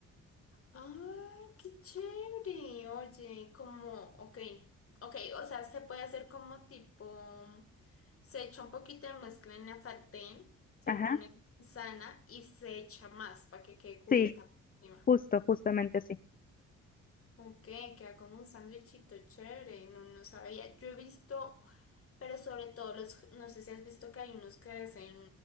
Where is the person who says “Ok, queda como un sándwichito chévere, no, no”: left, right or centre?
Left